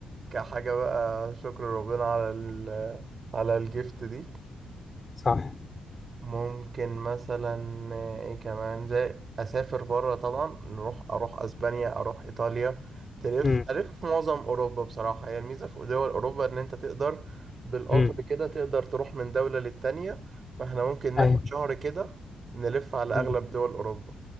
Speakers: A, on the right (about 45°); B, on the left (about 30°).
A: كحاجه بقى شكر ربنا على ال... على الجفت دي
B: صح
A: ممكن مثلا آه، ايه كمان زي اسافر بره طبعا نروح اروح اسبانيا اروح ايطاليا تلف
B: امم
A: الف في معظم اوروبا بصراحه هي الميزه في دول اوروبا ان انت تقدر بالقطر
B: امم
A: كده تقدر تروح من دوله للتانيه فاحنا ممكن ناخد
B: ايوه
A: شهر كده نلف على
B: مم.
A: اغلب دول اوروبا